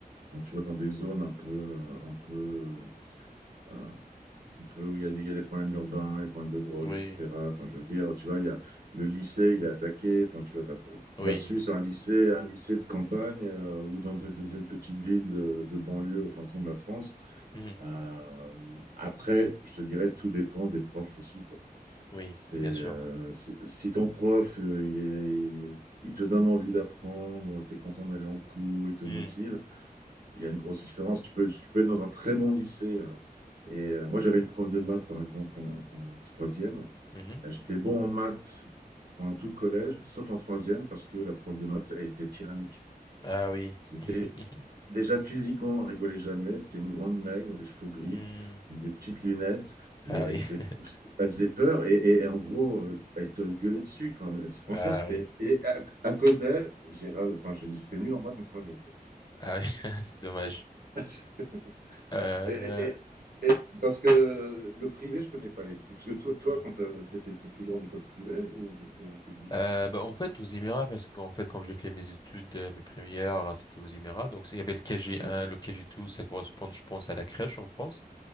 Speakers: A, on the right; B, on the left.
A: quand tu vas dans des zones un peu, euh, un peu, euh, un peu où il y a des, il y a des problèmes urbains, des problèmes de drogue,
B: Oui,
A: etc. Enfin, je veux dire, tu vois, il y a le lycée, il est attaqué. Enfin, tu vois, t'as- versus
B: oui,
A: un lycée, un lycée de campagne euh, ou dans, de- dans une petite ville de, de banlieue au fin fond de la France.
B: Mhm.
A: Euh, après, je te dirais, tout dépend des profs aussi, quoi.
B: Oui,
A: C'est,
B: bien
A: euh,
B: sûr.
A: si si ton prof, euh, il est, il, il te donne envie d'apprendre, tu es content d'aller en cours, il te
B: Mhm.
A: motive, il y a une grosse différence. Tu peux, tu peux être dans un très bon lycée. euh, et euh, moi, j'avais une prof de maths, par exemple, en, en troisième.
B: Mhm.
A: Euh, J'étais bon en maths pendant tout le collège, sauf en troisième, parce que la prof de maths, elle était tyrannique.
B: Ah oui.
A: C'était
B: <laughs>
A: Déjà physiquement, elle rigolait jamais. C'était une grande maigre, les cheveux gris,
B: Mhm.
A: avec des petites lunettes, mais
B: Ah
A: elle
B: oui.
A: faisait,
B: <laughs>
A: elle faisait peur et, et- et en gros, euh, elle te gueulait dessus. Enfin, franchement,
B: Ah
A: c'était.
B: oui.
A: Et à, à cause d'elle, j'ai, ra- enfin, j'ai- j'étais nul en maths en troisième. quoi.
B: Ah oui. <laughs> C'est dommage.
A: <laughs>
B: Euh,
A: Et, et- et parce que le privé, je connais pas les prix. Parce que toi, toi
B: Mhm.
A: quand tu étais toujours en école privée ou, ou en public?
B: euh, bah, en fait, aux Émirats, parce qu'en fait, quand j'ai fait mes études, euh, mes premières, c'était aux Émirats. Donc, il y avait le KG1,
A: Oui,
B: le KG2, ça correspond, je pense, à la crèche en France.